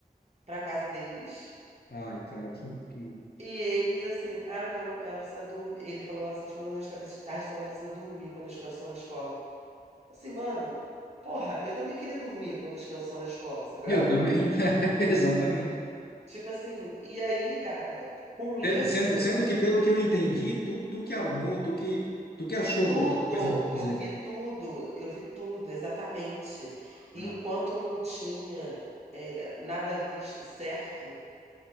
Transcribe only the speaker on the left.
Ai, cara, que, que...
Eu
também, <laughs> exatamente.
Eh, Sendo, sendo que, pelo que eu entendi, tu, tu que armou, tu que, tu que achou
toda a coisa pra
fazer.
Ah.